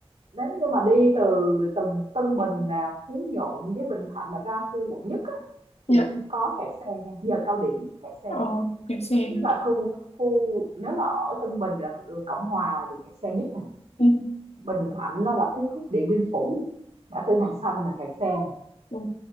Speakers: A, on the right; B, on the left.
A: Nếu như mà đi từ Tân Tân Bình nè, Phú Nhuận với Bình Thạnh mà ra khu quận nhất á,
B: dạ
A: thì cũng có kẹt xe nha, giờ cao điểm kẹt xe.
B: ờ kẹt xe
A: Thứ nhất là khu khu nếu mà ở Tân Bình là đường Cộng Hòa là đường kẹt xe nhất nè.
B: Ừ.
A: Bình Thạnh nó là cái khúc Điện Biên Phủ, ngã tư Hàng Xanh là kẹt xe nè.
B: Ừ.